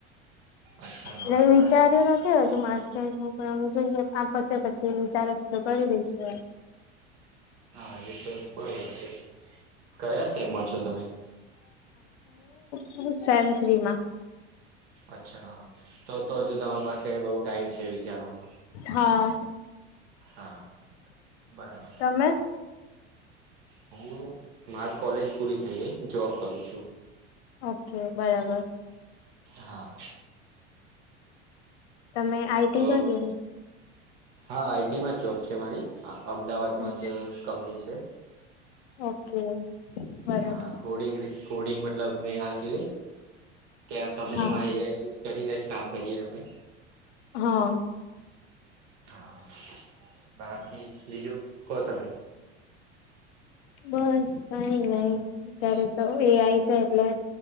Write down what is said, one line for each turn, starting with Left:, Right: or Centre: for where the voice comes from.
Right: અચ્છા હા
Left: એટલે
Right: બરાબર
Left: વિચાર્યું નથી હજુ માસ્ટર્સ નું પણ જોઈએ આમ પતે પછી વિચાર સુધ કરી દઈશું.
Right: હા એ તો બરોબર છે કયા સેમમાં છો તમે
Left: હ સેન થ્રીમાં.
Right: અચ્છા. તો તો હજુ તમારી પાસે બહુ ટાઈમ છે વિચારવાનો
Left: હા
Right: હા. બરાબર.
Left: તમે
Right: હું મારી કોલેજ પૂરી થઈ ગઈ જોબ કરું છું.
Left: ઓકે બરાબર.
Right: હા.
Left: તમે આઈટી
Right: તો
Left: કર્યું ને.
Right: હા આઈટીમાં જ જોબ છે મારી. અમદાવાદ
Left: ને
Right: માં જ કંપની છે.
Left: ઓકે બરાબર
Right: હા કોડિંગ કોડિંગ મતલબ મેં હાલ કીધું કે આ કંપનીમાં
Left: હા
Right: એઆઈ યુઝ કરીનેજ કામ કરીએ હમે
Left: હા.
Right: હા બાકી બીજું કો તમે.
Left: બસ કઈ નહી. અત્યારે તો એઆઈ છે એટલે